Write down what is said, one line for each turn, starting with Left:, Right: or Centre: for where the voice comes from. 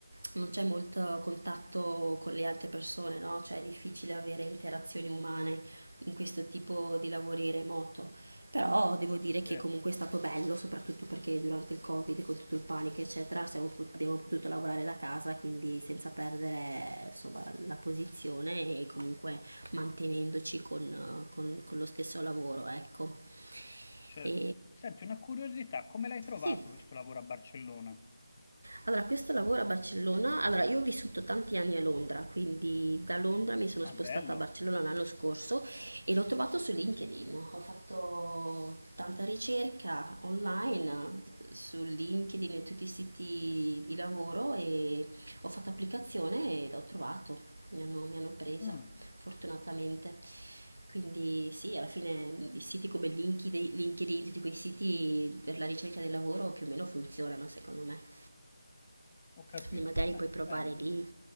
Right: non c'è molto contatto con le altre persone, no? Cioè è difficile avere interazioni umane in questo tipo di lavori remoto. Però devo dire
Left: certo,
Right: che comunque è stato bello, soprattutto perché durante il Covid, con tutto il panico, eccetera, siamo pot- abbiamo potuto lavorare da casa, quindi senza perdere insomma, la posizione e comunque mantenendoci con, eh, con- con lo stesso lavoro, ecco.
Left: certo.
Right: E,
Left: Senti, una curiosità, come l'hai trovato
Right: sì,
Left: questo lavoro a Barcellona?
Right: allora, questo lavoro a Barcellona, allora io ho vissuto tanti anni a Londra, quindi da Londra mi sono
Left: Ah,
Right: spostata
Left: bello.
Right: a Barcellona l'anno scorso e l'ho trovato su LinkedIn. Ho fatto tanta ricerca online eh, su LinkedIn e tutti i siti di lavoro e ho fatto applicazione e l'ho trovato, mi hanno, mi hanno presa
Left: Mm,
Right: fortunatamente. Quindi sì, alla fine i siti come LinkedIn, LinkedIn, tutti quei siti per la ricerca del lavoro più o meno funzionano secondo me.
Left: ho capito,
Right: Quindi magari
Left: beh,
Right: puoi provare
Left: bene.
Right: lì.